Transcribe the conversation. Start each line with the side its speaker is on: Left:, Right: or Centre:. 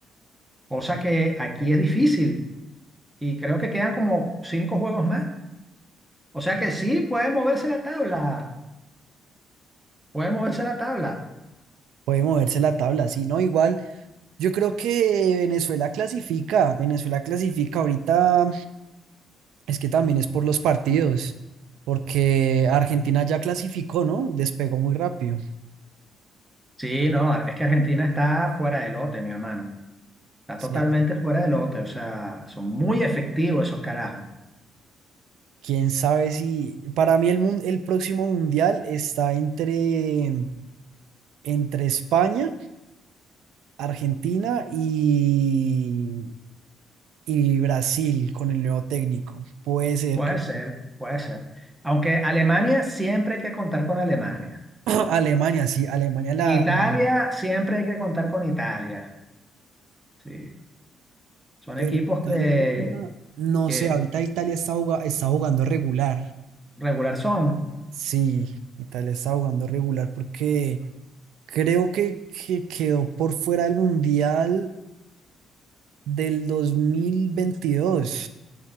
Centre: cosa que aquí es difícil y creo que quedan como cinco juegos más. O sea que sí, puede moverse la tabla, puede moverse la tabla.
Right: Puede moverse la tabla, sí, ¿no? Igual, yo creo que Venezuela clasifica, Venezuela clasifica ahorita Es que también es por los partidos, porque Argentina ya clasificó, ¿no? Despegó muy rápido.
Centre: Sí, no, es que Argentina está fuera de lote, mi hermano. Está
Right: Sí,
Centre: totalmente
Right: ya,
Centre: fuera de lote, o sea, son muy efectivos esos carajos.
Right: quién sabe si. Para mí, el, mun- el próximo mundial está entre, entre España, Argentina y, y Brasil con el nuevo técnico. Puede ser
Centre: Puede
Right: que
Centre: ser, puede ser. Aunque Alemania siempre hay que contar con Alemania.
Right: <clears throat> Alemania, sí, Alemania la,
Centre: Italia
Right: la-
Centre: siempre hay que contar con Italia. Sí, son
Right: Pero
Centre: equipos
Right: Italia,
Centre: que,
Right: no
Centre: que
Right: sé, ahorita Italia está, juga- está jugando regular.
Centre: regular son.
Right: Sí, Italia está jugando regular porque Creo que, que quedó por fuera del Mundial del dos mil veintidós